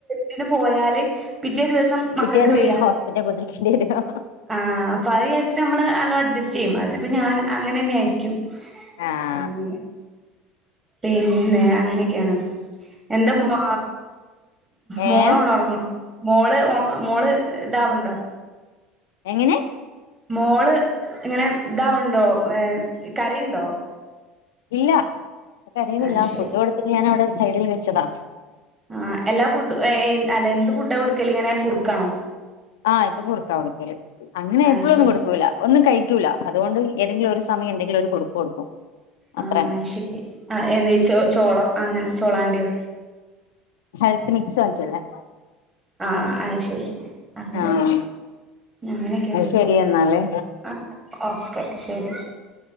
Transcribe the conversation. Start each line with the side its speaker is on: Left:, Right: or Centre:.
Right: ധിന് പോയാല് പിറ്റേ ദിവസം മക്കക്ക്
Left: പിറ്റേന്ന്
Right: വയ്യാണ്ട്
Left: ഹോസ്പിറ്റെ കുത്തിരിക്കേണ്ടി വരു
Right: ആഹ് അപ്പൊ അത് വിചാരിച്ചിട്ട് നമ്മള് നല്ലോ അഡ്ജസ്റ്റ് ചെയ്യും അതിപ്പോ ഞാൻ അങ്ങനെന്നെ ആയിരിക്കും
Left: ആഹ്
Right: അങ്ങനെ പിന്നെ അങ്ങനെയൊക്കെയാണ് എന്താ മോ മോള്
Left: ഏഹ്
Right: ഒണർന്നൊ മോള് ഒൺമോള് ഇദ്ദാവുണ്ടോ
Left: എങ്ങനെ
Right: മോള് ഇങ്ങനെ ഇദ്ദാവുണ്ടോ ഏ കരയുണ്ടോ
Left: ഇല്ല പ്പകരയുന്നില്ല
Right: ആഹ് ശരി
Left: ഫുഡ്ഡ് കൊടുത്തിട്ട് ഞാനവ്ടെ സൈഡിൽ വെച്ചതാ
Right: ആഹ് എല്ലാ ഫുഡ് ഏയ് ഏയ് അല്ല എന്ത് ഫുഡ്ഡാ കൊടുക്കല് ഇങ്ങനെ കുറുക്കാണോ
Left: ആഹ് ഇപ്പ കുറുക്കാ കൊടുക്കല് അങ്ങനെ
Right: ആഹ്
Left: എപ്പളൊന്നും
Right: ശരി
Left: കൊടുക്കൂല ഒന്നും കഴിക്കൂല്ല അതോണ്ട് ഏതെങ്കിലും ഒരുസമയം എന്തെങ്കിലും ഒരു കുറ്ക്ക് കൊടുക്കും
Right: ആഹ്
Left: അത്രന്നെ
Right: അത് ആഹ് എൻ ചോ ചോളൊ അങ്ങനെ ചോളാണ്ടിയോ
Left: ഹെൽത്ത് മിക്സ് വാങ്ങിചിരിന്നെ
Right: ആഹ് അത്ശെരി അങ്ങനെ
Left: ആഹ്
Right: അങ്ങനെയൊക്കേണ്
Left: ശരി എന്നാല്
Right: ആ ഓക്കെ ശരി